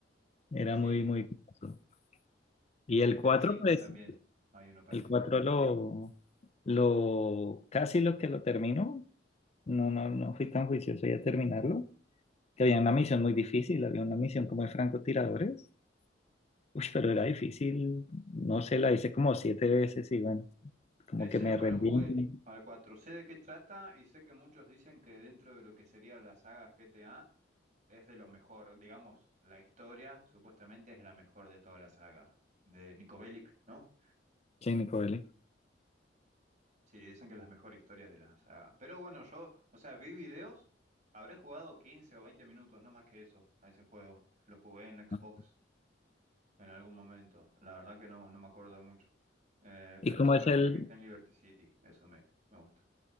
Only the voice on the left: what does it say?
Era
muy, muy curioso. Y
el
4
pues,
el 4 lo, lo, casi lo que lo terminó. No, no, no fui tan juicioso ya terminarlo. Que había una misión muy difícil, había una misión como de francotiradores Uy, pero era difícil, no sé, la hice como siete veces y bueno, como
que me
rendí.
Sí, Nicole,
Sí.
¿Y
cómo
es
el,